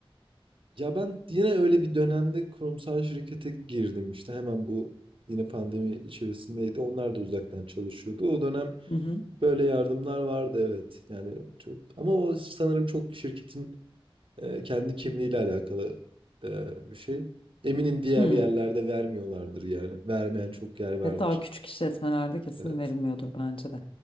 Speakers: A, on the right; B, on the left.
A: Ya ben yine öyle bir dönemde kurumsal şirkete girdim işte hemen bu yine pandemi içerisindeydi. Onlar da uzaktan çalışıyordu. O dönem
B: <laughs> Hı hı.
A: böyle yardımlar vardı evet. Yani çok, ama o sanırım çok şirketin e, kendi kimliğiyle alakalı e, bir şey. Eminim diğer
B: Hmm.
A: yerlerde vermiyorlardır yani. Vermeyen çok yer vardır.
B: Evet, daha küçük işletmelerde kesin
A: Evet.
B: verilmiyordur bence de.